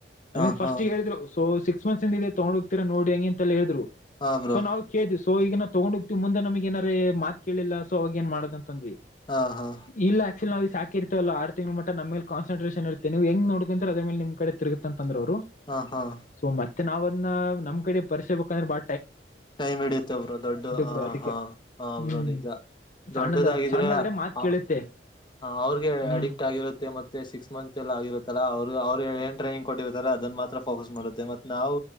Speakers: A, on the left; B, on the left.
A: ನಮಗ್
B: ಹಾ ಹಾ
A: ಫಸ್ಟ್ ಹೇಳಿದ್ರು ಸೊ ಸಿಕ್ಸ್ <unintelligible> ತಗೊಂಡು ಹೋಗ್ತೀರಾ ನೋಡಿ ಅಂಗೆ ಅಂತ ಎಲ್ಲ ಹೇಳಿದ್ರು
B: ಹಾ ಬ್ರೋ
A: ಸೊ ನಾವು ಕೇಳ್ದ್ ಸೊ ಈಗ ತಗೊಂಡ್ ಹೋಗ್ತಿವಿ ಮುಂದ ನಮಗ್ ಏನಾರ ಮಾತ್ ಕೇಳಿಲ್ಲ ಸೋ ಅವಾಗ ಏನ್ ಮಾಡದ ಅಂದ್ವಿ
B: ಹಾ ಹಾ
A: ಇಲ್ಲ ಆಕ್ಚುಲಿ ನಾವು ಈಗ ಸಾಕಿಇರ್ತವಲ್ಲ ಆರು ತಿಂಗಂಗಳು ಮಟ್ಟ ನಮ್ಮೇಲ್ ಕಾನ್ಸನ್ಟ್ರೇಷನ್ ಇರುತ್ತೆ ನೀವು ಹೆಂಗ್ ನೋಡ್ಕೊಂತೀರಾ ನಿಮ ಕಡೆ ತಿರುಗತ್ತಂತ ಅಂದ್ರು ಅವರು
B: ಹಾ ಹಾ
A: ಸೋ ಮತ್ತೆ ನಾವು ಅದನ್ನ ನಮ್ ಕಡೆ ಭರ್ಸೆಬೇಕಂದ್ರೆ ಬಾ
B: ಟೈಮ್ ಹಿಡಿಯುತ್ತೆ ಬ್ರೋ ದೊಡ್ಡ ಹ
A: ಬ್ರೋ ಅದಕ್ಕೆ.
B: ಹಾ ಹ
A: ಹ್ಮ್
B: ಬ್ರೋ ನಿಜ
A: ಸಣ್ಣದ
B: ದೊಡ್ಡದಾಗಿದ್ರೆ
A: ಸಣ್ಣದಾದ್ರೆ ಮಾತ್
B: ಹ
A: ಕೇಳುತ್ತೆ
B: ಅವ್ರಗೆ
A: ಹ್ಮ್
B: ಅಡಿಕ್ಟ್ ಆಗಿರುತ್ತೆ ಮತ್ತೆ ಮಂತ್ ಎಲ್ಲ ಆಗಿರುತ್ತಲ್ಲ ಅವರು ಅವ್ರು ಏ ಟ್ರೈನೀಗ್ ಕೊಟ್ಟಿರ್ತಾರೆ ಅದನ್ನ ಮಾತ್ರ ಫೋಕಸ್ ಮಾಡುತ್ತೆ ಮತ್ ನಾವು